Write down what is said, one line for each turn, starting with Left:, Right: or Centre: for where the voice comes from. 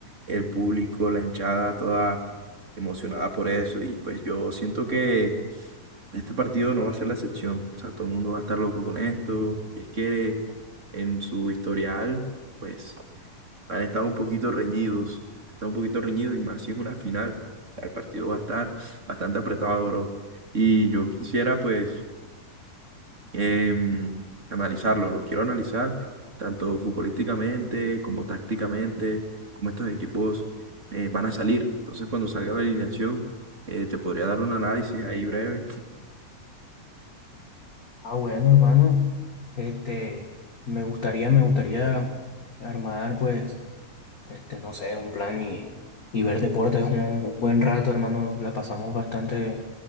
Right: el público, la hinchada, toda emocionada por eso. Y pues yo siento que este partido no va a ser la excepción. O sea, todo el mundo va a estar loco con esto. Y es que en su historial, pues han estado un poquito reñidos. Están un poquito reñidos y más si es una final. O sea, el partido va a estar bastante apretado, bro. Y yo quisiera, pues em, analizarlo, lo quiero analizar tanto futbolísticamente como tácticamente, como estos equipos eh, van a salir. Entonces, cuando salga la alineación, eh, te podría dar un análisis ahí breve.
Left: Ah, bueno, hermano, este, me gustaría, me gustaría armar, pues, este, no sé, un plan y, y ver deportes un buen rato, hermano. La pasamos bastante